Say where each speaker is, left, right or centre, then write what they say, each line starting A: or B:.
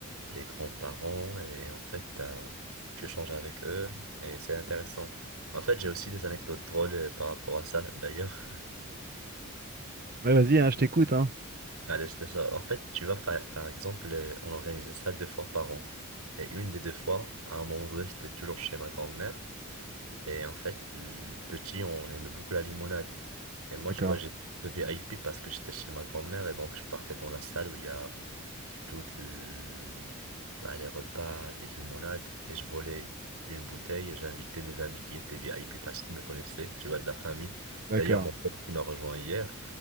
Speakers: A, on the right; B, on the right.
A: les grands-parents, et en fait, t'as- tu échanges avec eux, et c'est intéressant. En fait, j'ai aussi des anecdotes drôles euh, par rapport à ça, d'ailleurs.
B: Ouais, vas-y, hein, je t'écoute, hein.
A: <laughs> Allez, je te sors. En fait, tu vois, par, par exemple, euh, on organisait ça deux fois par an. Et une des deux fois, à un moment donné, c'était toujours chez ma grand-mère. Et en fait, le petit, on aimait beaucoup la limonade. Et moi,
B: D'accord,
A: tu vois, j'étais un peu VIP parce que j'étais chez ma grand-mère et donc je partais dans la salle où il y a toutes l- bah, les repas, les limonades et je volais une bouteille et j'invitais mes amis qui étaient VIP parce qu'ils me connaissaient, tu vois, de la famille.
B: d'accord.
A: D'ailleurs, mon pote qui m'a rejoint hier,